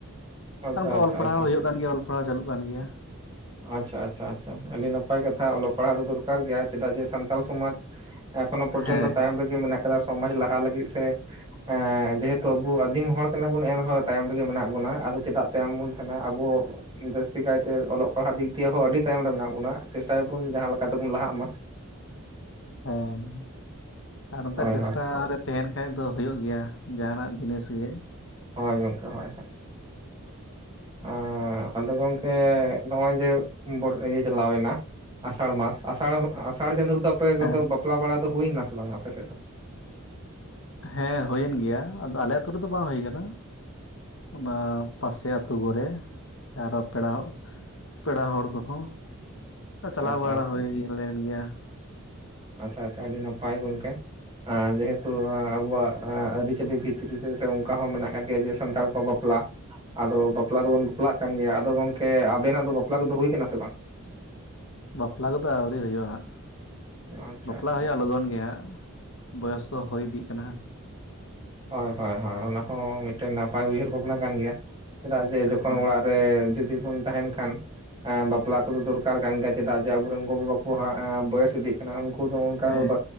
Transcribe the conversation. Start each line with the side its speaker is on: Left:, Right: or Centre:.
Right: ᱟᱪᱪᱷᱟ
Left: ᱴᱷᱚᱜ, ᱟᱨ ᱚᱱᱠᱟ
Right: ᱟᱪᱪᱷᱟ
Left: ᱚᱞ ᱯᱟᱲᱦᱟᱣ
Right: ᱟᱪᱪᱷᱟ
Left: ᱦᱳᱭᱳᱜ ᱠᱟᱱ ᱜᱮᱭᱟ ᱚᱞ ᱯᱟᱲᱦᱟᱣ ᱪᱟᱹᱞᱩᱜ ᱠᱟᱱ ᱜᱮᱭᱟ᱾
Right: ᱟᱪᱷᱟ -ᱟᱪᱷᱟ - ᱟᱪᱷᱟ, ᱟᱹᱰᱤ ᱱᱟᱯᱟᱭ ᱠᱟᱛᱷᱟ ᱚᱞᱚᱜ ᱯᱟᱲᱦᱟᱜ ᱫᱚ ᱫᱚᱨᱠᱟᱨ ᱜᱮᱭᱟ ᱪᱮᱫᱟᱜ ᱡᱮ ᱥᱟᱱᱛᱟᱞ ᱥᱚᱢᱟᱡᱽ ᱮᱠᱷᱚᱱᱳ ᱯᱚᱨᱡᱚᱱᱛᱚ
Left: ᱦᱮᱸ
Right: ᱛᱟᱭᱚᱢ ᱨᱮᱜᱮ ᱢᱮᱱᱟᱜ ᱟᱠᱟᱫᱟ ᱥᱚᱢᱟᱡ ᱞᱟᱦᱟ ᱞᱟᱹᱜᱤᱫ ᱥᱮ, ᱥᱮ-ᱯ ᱮᱸ ᱡᱮᱹᱦᱮᱹᱛᱩ ᱟᱵᱩ ᱟᱹᱫᱤᱢ ᱦᱚᱲ ᱠᱟᱱᱟ ᱵᱚᱱ ᱮᱱ ᱨᱮᱦᱚᱸ ᱛᱟᱭᱚᱢ ᱨᱮᱜᱮ ᱢᱮᱱᱟᱜ ᱵᱚᱱᱟ ᱟᱫᱚ ᱪᱮᱫᱟᱜ ᱛᱟᱭᱚᱢ ᱵᱚᱱ ᱛᱟᱦᱮᱱᱟ ᱟᱵᱳ ᱡᱟᱹᱥᱛᱤ ᱠᱟᱭᱛᱮ ᱚᱞᱚᱜ ᱯᱟᱲᱦᱟᱜ ᱫᱤᱠ ᱫᱤᱭᱮ ᱦᱚᱸ ᱟᱹᱰᱤ ᱛᱟᱭᱚᱢ ᱨᱮ ᱢᱮᱱᱟᱜ ᱵᱚᱱᱟ ᱪᱮᱥᱴᱟᱭᱟ ᱵᱚᱱ ᱡᱟᱦᱟᱸ ᱞᱮᱠᱟᱛᱮ ᱵᱚᱱ ᱞᱟᱦᱟᱜ ᱢᱟ᱾
Left: ᱦᱮᱸ, ᱟᱨ ᱚᱝᱠᱟ
Right: ᱦᱳᱭ
Left: ᱪᱮᱥᱴᱟ
Right: ᱦᱳᱭ
Left: ᱨᱮ ᱛᱮᱦᱮᱱ ᱠᱷᱟᱡ ᱫᱚ ᱦᱳᱭᱳᱜ ᱜᱮᱭᱟ᱾ ᱡᱟᱦᱱᱟᱜ ᱡᱤᱱᱤᱥ ᱜᱮ ᱾
Right: ᱦᱚᱭ ᱜᱚᱝᱠᱮ, ᱦᱚᱭ -ᱦᱚᱭ ᱾ ᱟ ᱻ ᱟᱫᱚ ᱜᱚᱝᱠᱮ ᱱᱚᱜᱼᱚᱭ ᱡᱮ ᱵᱚᱱ ᱤᱭᱟᱹ ᱪᱟᱞᱟᱣᱱᱟ ᱟᱥᱟᱲ ᱢᱟᱥ ᱟᱥᱟᱲ, ᱩᱜ ᱟᱥᱟᱲ ᱪᱟᱸᱫᱩ ᱨᱮ ᱫᱚ ᱟᱯᱮ ᱫᱚᱞᱮ
Left: ᱦᱮᱸ
Right: ᱵᱟᱯᱞᱟ ᱵᱟᱲᱟ ᱫᱚ ᱦᱳᱭᱱᱟ ᱥᱮ ᱵᱟᱝ ᱟᱯᱮ ᱥᱮᱫ ᱫᱚ?
Left: ᱦᱮᱸ ᱦᱳᱭᱮᱱ ᱜᱮᱭᱟ, ᱟᱫᱚ ᱟᱞᱮ ᱟᱛᱩ ᱨᱮ ᱫᱚ ᱵᱟᱝ ᱦᱳᱭ ᱟᱠᱟᱱᱟ ᱾ ᱚᱱᱟ ᱯᱟᱥᱮ ᱟᱛᱩ ᱠᱚᱨᱮ, ᱥᱮ ᱟᱨᱚ ᱯᱮᱲᱟᱼᱼ ᱯᱮᱲᱟ ᱦᱚᱲ ᱠᱚᱦᱚᱸ, ᱪᱟᱞᱟᱣ
Right: ᱟᱪᱪᱷᱟ
Left: ᱵᱟᱲᱟ
Right: ᱟᱪᱪᱷᱟ
Left: ᱦᱳᱭᱮᱱ ᱞᱮᱱ ᱜᱮᱭᱟ ᱾
Right: ᱟᱪᱷᱟ- ᱟᱪᱷᱟ, ᱟᱹᱰᱤ ᱱᱟᱯᱟᱭ ᱜᱚᱝᱠᱮ ᱟᱨ ᱡᱮᱹ ᱦᱮᱹᱛᱩ ᱟᱵᱳᱣᱟᱜᱼᱼ ᱮᱸ, ᱟᱹᱨᱤᱪᱟᱹᱞᱤ ᱵᱷᱤᱛᱨᱤ ᱨᱮ ᱥᱮ ᱚᱝᱠᱟ ᱦᱚᱸ ᱢᱮᱱᱟᱜ ᱟᱠᱟᱫ ᱜᱮᱭᱟ ᱡᱮ ᱥᱟᱱᱛᱟᱲ ᱠᱚᱣᱟᱜ ᱵᱟᱯᱞᱟ ᱾ ᱟᱫᱚ ᱵᱟᱯᱞᱟ ᱫᱚ ᱵᱚᱱ ᱵᱟᱯᱞᱟᱜ ᱠᱟᱱ ᱜᱮᱭᱟ,? ᱟᱫᱚ ᱜᱚᱝᱠᱮ ᱟᱵᱮᱱᱟᱜ ᱫᱚ ᱵᱟᱯᱞᱟ ᱠᱚ ᱫᱚ ᱦᱳᱭ ᱠᱟᱱᱟ ᱥᱮ ᱵᱟᱝ?
Left: ᱵᱟᱯᱞᱟ ᱠᱚ ᱫᱚ ᱟᱹᱣᱨᱤ ᱦᱳᱭᱳᱜᱼᱟ ᱦᱟᱸᱜ,
Right: ᱟᱪᱪᱷᱟ
Left: ᱵᱟᱯᱞᱟ
Right: ᱟᱪᱪᱷᱟ
Left: ᱦᱳᱭᱳᱜᱼᱟ ᱞᱚᱜᱚᱱ ᱜᱮ ᱦᱟᱸᱜ ᱾ ᱵᱚᱭᱚᱥ ᱠᱚ ᱦᱳᱭ ᱤᱫᱤᱜ ᱠᱟᱱᱟ ᱦᱟᱸᱜ ᱾
Right: ᱦᱚᱭ -ᱦᱚᱭ -ᱦᱚᱭ, ᱚᱱᱟ ᱠᱚᱦᱚᱸ ᱢᱤᱫᱴᱮᱱ ᱱᱟᱯᱟᱭ ᱩᱭᱦᱟᱹᱨ ᱵᱷᱟᱵᱽᱱᱟ ᱠᱟᱱ ᱜᱮᱭᱟ ᱾ ᱪᱮᱫᱟᱜ ᱡᱮ ᱡᱚᱠᱷᱚᱱ
Left: ᱦᱮᱸ
Right: ᱚᱲᱟᱜ ᱨᱮ ᱡᱩᱫᱤ ᱵᱚᱱ ᱛᱟᱦᱮᱱ ᱠᱷᱟᱱ ᱮᱸ ᱵᱟᱯᱞᱟ ᱠᱚ ᱫᱚ ᱫᱚᱨᱠᱟᱨ ᱠᱟᱱ ᱜᱮᱭᱟ᱾ ᱪᱮᱫᱟᱜ ᱡᱮ ᱟᱵᱚᱨᱮᱱ ᱜᱚ ᱵᱟᱵᱟ ᱠᱚ ᱦᱟᱸᱜ ᱵᱚᱭᱮᱥ ᱤᱫᱤᱜᱼᱼ ᱩᱱᱠᱩ ᱫᱚ ᱚᱱᱠᱟ
Left: ᱦᱮᱸ
Right: ᱫᱚ ᱵᱟ